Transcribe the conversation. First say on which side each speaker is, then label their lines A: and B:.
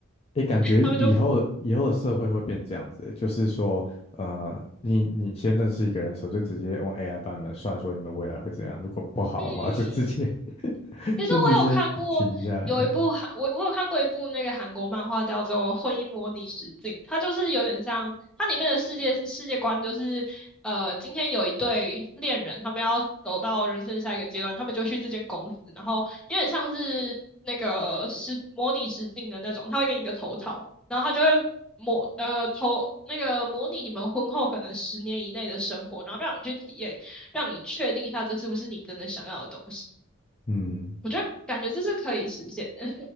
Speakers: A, on the left; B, in the centre.
A: 诶，感觉以后以后的社会会变这样子欸，
B: 他们就，
A: 就是说，呃，你你先认识一个人的时候，就直接用 AI 帮你们算说你们未来会怎样，如果不好的话，
B: 嗯，
A: 就直接 <laughs>
B: 其实我有看过有一部韩，
A: 就直接停下来这样。
B: 我我有看过一部那个韩国漫画叫做《婚姻模拟实境》，它就是有点像它里面的世界世界观就是，呃，今天有一对恋人，他们要走到人生的下一个阶段，他们就去这间公司，然后有点像是那个实模拟实境的那种，他会给你一个头套，然后他就会模呃头那个模拟你们婚后可能十年以内的生活，然后让你去体验，让你确定一下这是不是你真的想要的东西。
A: 嗯，
B: 我觉得感觉这是可以实现的。